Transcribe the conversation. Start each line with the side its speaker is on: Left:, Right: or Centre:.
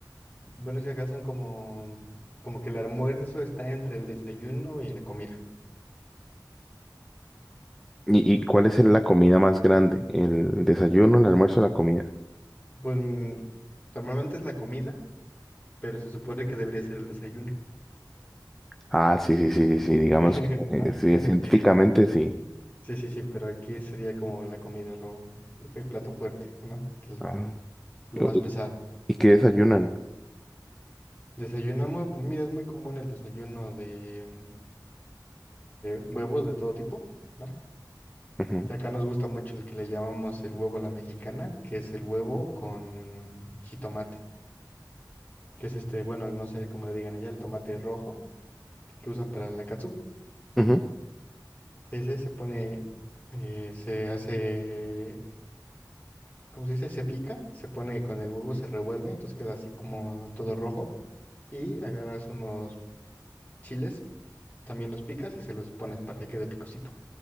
Left: bueno, si acá son como, como que el almuerzo está entre el desayuno y la comida.
Centre: ¿Y, y cuál es la comida más grande? ¿El desayuno, el almuerzo, la comida?
Left: Pues mm, normalmente es la comida, pero se supone que debería ser el desayuno,
Centre: Ah, sí, sí, sí, sí, sí, digamos,
Left: <laughs>
Centre: eh,
Left: ¿no?
Centre: sí,
Left: <laughs>
Centre: científicamente sí.
Left: Sí, sí, sí, pero aquí sería como la comida, lo, el plato fuerte, ¿no? L-
Centre: Ajá.
Left: Lo
Centre: Yo-
Left: más pesado.
Centre: ¿Y qué desayunan?
Left: Desayunamos, pues mira, es muy común el desayuno eh, huevos de todo tipo, ¿no?
Centre: Ujú,
Left: Que acá nos gusta mucho el que le llamamos el huevo a la mexicana, que es el huevo con jitomate, que es este, bueno, no sé cómo le digan allá, el tomate rojo que usan para la catsup.
Centre: ujú.
Left: Ese se pone, eh, se hace, ¿cómo se dice? Se pica, se pone con el huevo, se revuelve, entonces queda así como todo rojo. Y agarras unos chiles, también los picas y se los pones para que quede picosito.